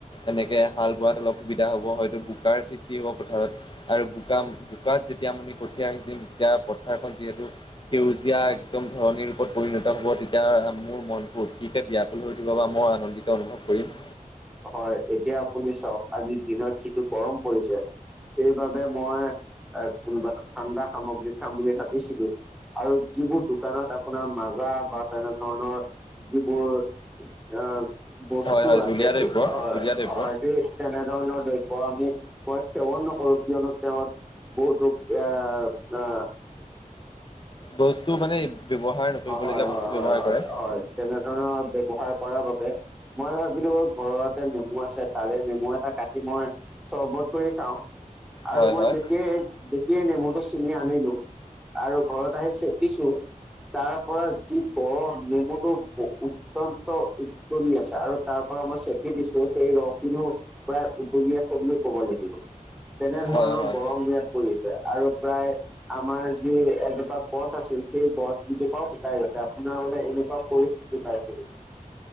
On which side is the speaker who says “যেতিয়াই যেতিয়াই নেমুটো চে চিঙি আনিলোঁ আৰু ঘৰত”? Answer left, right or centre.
Centre